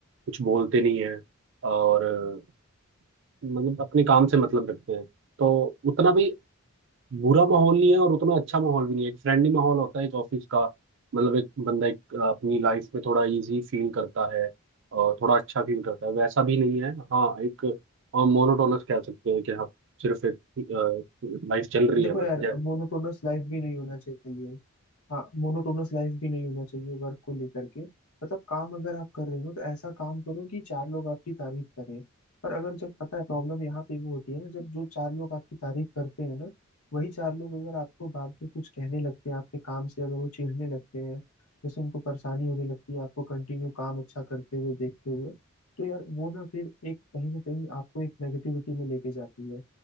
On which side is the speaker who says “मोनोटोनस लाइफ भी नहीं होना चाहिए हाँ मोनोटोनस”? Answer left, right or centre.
Left